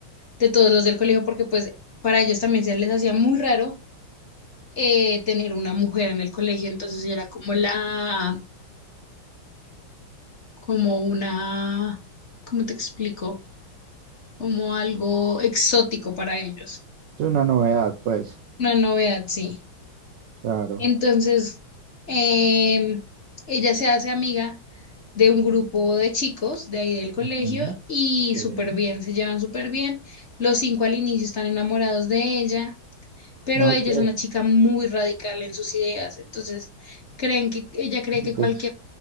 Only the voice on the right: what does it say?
Es una novedad, pues,
claro.
Ujú.
Sí.
Ok.
Pues,